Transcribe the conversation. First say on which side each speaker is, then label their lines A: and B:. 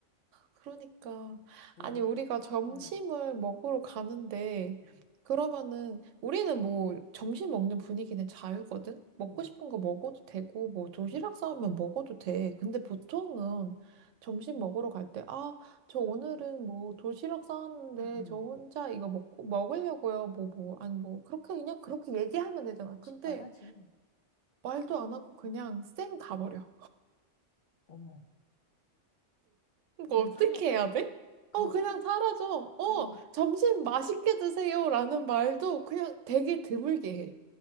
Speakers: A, on the right (about 85°); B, on the left (about 50°).
A: 그러니까
B: 왜?
A: 아니 우리가 점심을
B: 음,
A: 먹으러 가는데
B: 음,
A: 그러면은 우리는 뭐 점심 먹는 분위기는 자유거든. 먹고
B: 음,
A: 싶은 거 먹어도 되고 뭐 도시락
B: 음,
A: 싸우면 먹어도 돼. 근데 보통은 점심 먹으러 갈 때 아, 저 오늘은 뭐 도시락 싸왔는데
B: 음, 음.
A: 저 혼자 이거 먹고 먹으려고요. 뭐 뭐 아니 뭐 그렇게 그냥 그렇게 얘기하면 되잖아. 근데
B: 말하지.
A: 말도 안 하고 그냥 쌩 가버려.
B: 어머,
A: 이거
B: 그냥
A: 어떻게
B: 사라져?
A: 해야 돼?
B: 그냥
A: 어, 그냥
B: 사라져?
A: 사라져. 어,
B: 그리고
A: 점심 맛있게 드세요. 라는 말도 그냥 되게 드물게 해.